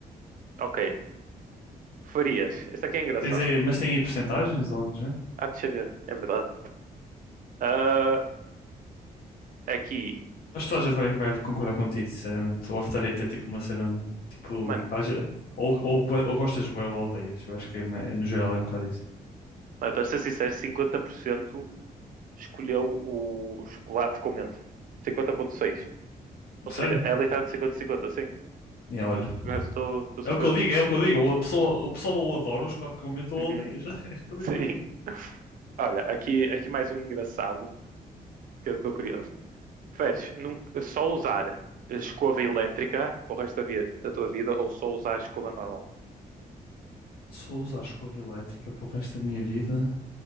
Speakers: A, on the right (about 60°); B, on the left (about 80°).
A: Ok, farias. Este aqui é engraçado.
B: Tens aí, mas tem aí percentagens, algo do género?
A: Ah, deixa eu ver, é verdade. Ah, aqui,
B: Acho que toda a gente vai, vai concordar contigo, sinceramente. O After Eight é tipo uma cena, tipo,
A: mano,
B: haja- ou, ou, ou gostas bué ou odeias. Eu acho que é, ma- é, no geral é um bocado isso.
A: mano, para ser sincero, 50% escolheu o chocolate com menta. 50.6. Ou
B: Sério?
A: seja, ela está de cinquenta a cinquenta, sim.
B: E olha,
A: Eu estou, estou surpreso.
B: é o que eu digo, é o que eu digo. Ou A pessoa, o pessoal ou adora o chocolate com menta ou
A: Uhum.
B: odeias. <laughs>
A: <laughs>
B: É literalmente.
A: Sim. Olha, aqui, aqui mais um engraçado que eu estou curioso. Preferes num- só usar escova elétrica para o resto da, vi- da tua vida ou só usar escova normal?
B: Só usar a escova elétrica para o resto da minha vida.